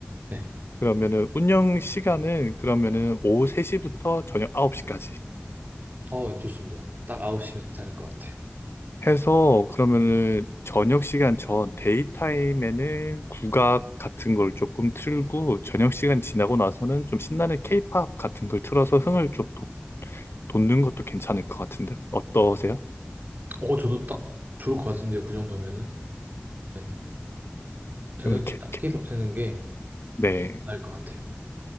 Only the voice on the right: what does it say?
네,
어, 좋습니다. 딱 9시면 괜찮을 것 같아요.
어, 저도 딱 좋을 것 같은데요. 그 정도면은. 네, 저녁에
딱 케이팝 트는 게
나을 것 같아요.